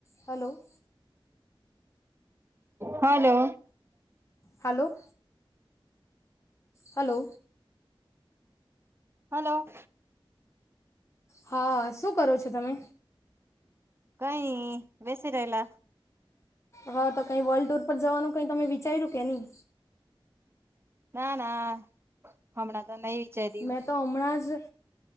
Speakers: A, on the left (about 30°); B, on the right (about 25°).
A: Hello
B: hello
A: hello hello
B: hello
A: હા શું કરો છો તમે.
B: કઈ બેસી રહે એલા.
A: હા તો કઈ વર્લ્ડ ટુર પર જવાનું કઈ તમે વિચાર્યું કે નહી.
B: ના ના હણા તો નહી વિચાર દવ
A: મેં તો હમણાં જ